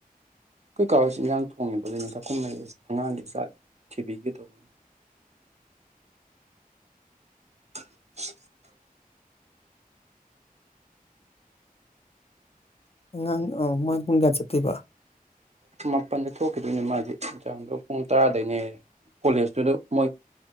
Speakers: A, on the right; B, on the left.
A: ꯑꯩꯈꯣꯏ ꯀꯥ ꯍꯣꯏꯁꯨ ꯏꯟꯖꯥꯡ ꯊꯣꯡꯉꯤꯕ ꯑꯗꯨꯏꯅꯤ ꯗꯨꯝ ꯂꯩ ꯑꯉꯥꯡꯒꯤ ꯆꯥꯛ ꯊꯤꯕꯤꯒꯦ ꯇꯧ <inaudible>
B: ꯑꯉꯥꯡ ꯑꯧ ꯃꯥ ꯄꯨꯡ ꯀꯌꯥ ꯆꯠꯇꯣꯏꯕ
A: ꯃꯥꯄꯜꯗ ꯊꯣꯛꯈꯤꯗꯣꯏꯅꯦ ꯃꯥꯗꯤ ꯖꯥꯝꯒ ꯄꯨꯡ ꯇꯔꯥꯗꯩꯅꯦꯌꯦ ꯀꯣꯂꯦꯖꯇꯨꯗ ꯃꯣꯏ